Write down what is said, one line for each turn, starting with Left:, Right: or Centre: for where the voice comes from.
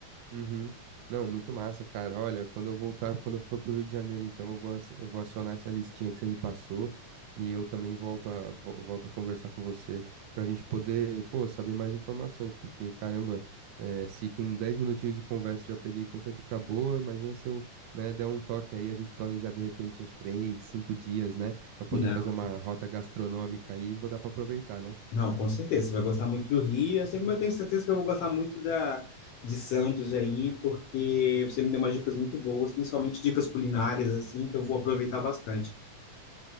Right: Uhum. Não, muito massa, cara. Olha, quando eu voltar, quando eu for pro Rio de Janeiro, então eu vou, aci- eu vou acionar essa listinha que você me passou e eu também volto a, vo- volto a conversar com você pra gente poder, pô, saber mais informações, porque caramba, eh, se com 10 minutinhos de conversa eu já peguei tanta dica boa, imagina se eu, né, der um toque aí, a gente planejar de repente uns 3 5 dias, né, pra poder
Left: Não,
Right: fazer uma rota gastronômica aí, vou dar pra aproveitar, né?
Left: não, com certeza. Você vai gostar muito do Rio, assim como eu tenho certeza que eu vou gostar muito da, de Santos aí, porque você me deu umas dicas muito boas, principalmente dicas culinárias, assim, que eu vou aproveitar bastante.